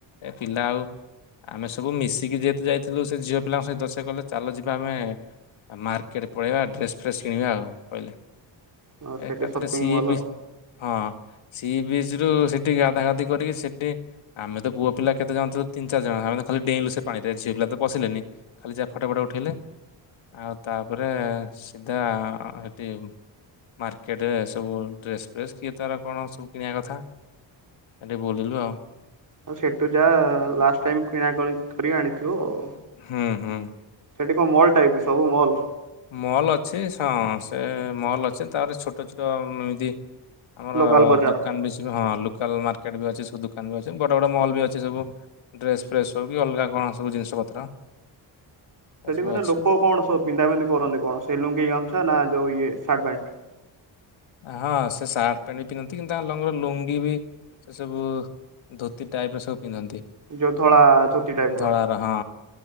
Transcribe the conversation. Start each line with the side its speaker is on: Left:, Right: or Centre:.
Left: ଏ ପିଲା ଆଉ ଆମେ ସବୁ ମିଶିକି ଯେହେତୁ ଯାଇଥିଲୁ ସେ ଝିଅ ପିଲାଙ୍କ ସହିତ। ସେ କହିଲେ ଚାଲ ଯିବା ଆମେ ଆଉ ମାର୍କେଟ ପଳେଇବା ଡ୍ରେସ୍ ଫ୍ରେସ୍ କିଣିବା ଆଉ କହିଲେ।
Right: ହଁ ସେଠି
Left: ଏକାଥରେ
Right: ସପିଙ୍ଗ
Left: ସିଏ
Right: ମଲ
Left: ବି
Right: ହଁ
Left: ହଁ ସି ବିଚ୍ ରୁ ସେଠି ଗାଧାଗାଧି କରିକି ସେଠି ଆମେ ତ ପୁଅ ପିଲା କେତେ ଜଣ ଥିଲୁ ତିନ୍ ଚାରି ଜଣ ଆମେ ତ ଖାଲି ଡେଇଁଲୁ ସେ ପାଣିରେ। ଝିଅ ପିଲା ତ ପଶିଲେନି। ଖାଲି ଯାହା ଫଟ ଫଟ ଉଠେଇଲେ। ଆଉ ତାପରେ ସିଧା ଏଠି ମାର୍କେଟରେ ସବୁ ଡ୍ରେସ୍ ଫେସ୍ କିଏ ତାର କଣ ସବୁ କିଣିବା କଥା। ସେଠି ବୁଲିଲୁ ଆଉ।
Right: ଆଉ ସେଠୁ ଯାଆ ଲାଷ୍ଟ ଟାଇମ୍ କିଣାକଣି କରି ଆଣିଥିବ ଆଉ।
Left: ହୁଁ ହୁଁ।
Right: ସେଠି କଣ ମଲ୍ ଟାଇପ୍ ସବୁ ମଲ୍।
Left: ମଲ୍ ଅଛି ସ ହଁ ସେ ମଲ୍ ଅଛି ତାରେ ଛୋଟ ଛୋଟ ଏମିତି। ଆମର
Right: ଲୋକାଲ ବଜାର।
Left: ଦୋକାନ ବିଜ୍ସ ହଁ ଲୋ ଲୋକଲ୍ ମାର୍କେଟ ବି ଅଛି। ସବୁ ଦୋକାନ ବି ଅଛି। ବଡ ବଡ ମଲ୍ ବି ଅଛି ସବୁ। ଡ୍ରେସ୍ ଫ୍ରେସ୍ ହଉ କି ଅଲଗା କଣ ସବୁ ଜିନିଷ ପତ୍ର।
Right: ସେଠି
Left: ଏ ସବୁ
Right: ମାନେ
Left: ଅଛି।
Right: ଲୋକ କଣ ସ ପିନ୍ଧା ପିଧି କରନ୍ତି କଣ ସେ ଲୁଙ୍ଗି ଗାମୁଛା ନା ଯୋଉ ଇଏ ସାର୍ଟ ପ୍ୟାଣ୍ଟ?
Left: ହଁ ସେ ସାର୍ଟ ପ୍ୟାଣ୍ଟ ବି ପିନ୍ଧନ୍ତି କିନ୍ତୁ ତାଙ୍କର ଲଙ୍ଗର ଲୁଙ୍ଗୀ ବି ସେ ସବୁ ଧୋତି ଟାଇପ୍ ର ସବୁ ପିନ୍ଧନ୍ତି।
Right: ଯୋଉ ଧଳା ଧୋତି ଟାଇପ୍
Left: ଧଳାର
Right: ର।
Left: ହଁ